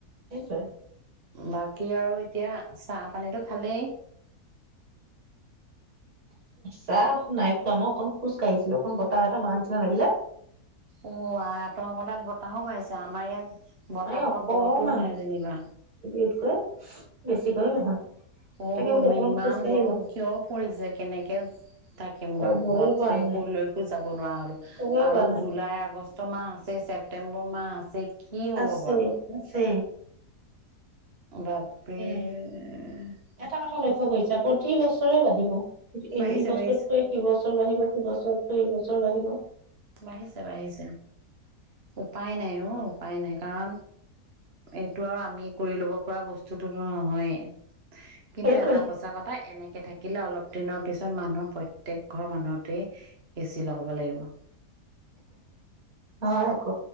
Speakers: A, on the right; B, on the right.
A: সেইটোৱে
B: বাকী আৰু এতিয়া চাহ-পানীটো ভালেই।
A: চাহ নাই খোৱা, মই অকন খোজ কাঢ়িছিলো অকন বতাহ এটা মাৰা নিচিনা লাগিলে।
B: অ', আই আপোনালোকৰ তাত বতাহো মাৰিছে, আমাৰ ইয়াত বতাহৰ
A: এই অকমান
B: বতো ও নাই যেনিবা।
A: ইতকৈ বেছিকৈও নহয়
B: অ
A: তাকে
B: বৰমা
A: বোলো অকমান
B: ইমান
A: খোজকাঢ়ি
B: গৰম
A: লওঁ
B: কিয় পৰিছে? কেনেকে এজ থাকিম
A: কবই
B: বাৰু, বাপৰে
A: পৰা নাই
B: কলৈকো যাব বনোৱা হ'লো
A: কবই
B: আৰু
A: পৰা নাই
B: জুলাই, আগষ্ট মাহ আছে, ছেপ্টেম্বৰ মাহ আছে। কি হ'ব
A: আছে,
B: বাৰু
A: আছে।
B: বাপৰে
A: উম
B: <inaudible>
A: এটা কথা লক্ষ্য কৰিছা প্ৰতি বছৰে বাঢ়িব।
B: বাঢ়িছে
A: এইবছৰতকৈ
B: বাঢ়িছে
A: সি বছৰ বাহিব, সিবছৰতকৈ দুই বছৰ বাঢ়িব।
B: বাঢ়িছে, বাঢ়িছে উপায় নাই অ উপায় নাই, কাৰণ এই টো আৰু আমি কৰি ল'ব পৰা বস্তুটো নহয়েই। কিন্তু
A: সেইটোৱে
B: এটা সঁচা কথা, এনেকে তে থাকিলে অলপ দিনৰ পিছত মানুহ প্ৰত্যয়েক ঘৰ মানুহতেই এচি লগাব লাগিব।
A: হয়, আকৌ।